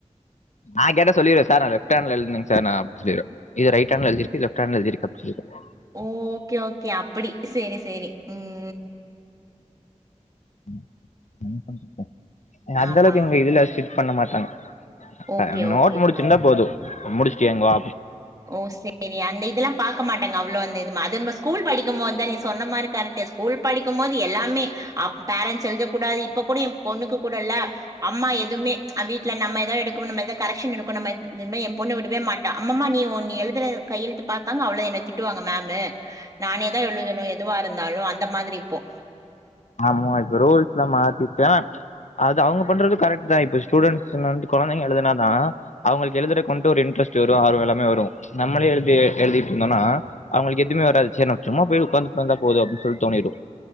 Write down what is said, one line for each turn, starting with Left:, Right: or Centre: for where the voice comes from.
Left: நா கேட்ட சொல்லிடுவ் சார் நா லெஃப்ட் ஹேன்ல எழுதுனேங் சார் நா அப் சொல்லிருவ் இது ரைட் ஹேண்ட்ல எழுதிருக்கு இத் லெஃப்ட் ஹேண்டல எழுதிருக்க <unintelligible>
Right: ஒ ஓகே ஓகே அப்படி சேரி சேரி ம்
Left: <unintelligible> அந்தளவுக்கு
Right: ஆமாம்.
Left: எங்க இதுல ஸ்டிட் பண்ண மாட்டாங்க
Right: ஓகே,
Left: அ நோட்டு
Right: ஓகேப்பா.
Left: முடிச்சிருந்தா போது முடிஷ்ட்டு இங்க வா
Right: ஓ செரி அந்த இதெல்லா பாக்க மாட்டங்க அவ்ளோந்த இதுமாதிந்த ஸ்கூல் படிக்கும்போத்தா நீ சொன்ன மாரி கரட்டு ஸ்கூல் படிக்கும்மோது எல்லாமே அப் பேரண்ஸ் எழுத கூடாது இப்ப கூட எ ன பொண்ணுக்கு கூட இல்ல அம்மா எதுவுமே அப்பி ல நம்ம எதா எடுக்குன்னமாத்த கரெக்ஸன் எடுக்கனு நம்ம இந்தமே எ பொண்ணு விடவே மாட்ட அம்மம்மா நீ உன் நீ எழுதுற கையெழுத்து பாத்தாங்க அவ்ளோ என்ன திட்டுவாங்க மேமு நானேதா எழுதணு எ துவா இருந்தாலு அந்த மாதிரி இப்போ
Left: ஆமா இப்ப ரூல்ஸ்லா மாத்திட்டா அது அவுங்க பண்றது கரெக்ட்டுதா இப்போ ஸ்டூடெண்ஸுங் வந்து கொழந்தைங்க எழுதுனாதா அவுங்கள்க்கு எழுதுற கொண்டு ஒரு இன்ட்ரெஸ்ட் வரு ஆர்வு எல்லாமே வரு நம்மளே எழுதி எழுதிட்ருந்தோனா அவுங்களுக்கு எதுமே வராது சேர் நம்ம சும்மா போய் உக்காந்துட்டு வந்தா போது அப்பின் சொல் தோனிடு